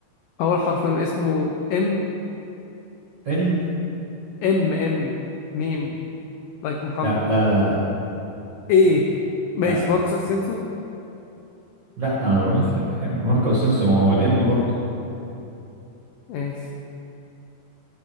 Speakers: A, on the left; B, on the right.
A: اول حرف من اسمه ام
B: ان
A: ام ام ميم لايك محمد
B: لا لا لا لا لا
A: ايه ماشي
B: لا
A: ماركوس اسينسو
B: لا انا بقول لك لا يا ابني ماركو اسينسيو ما هو بالام برضه
A: ماشي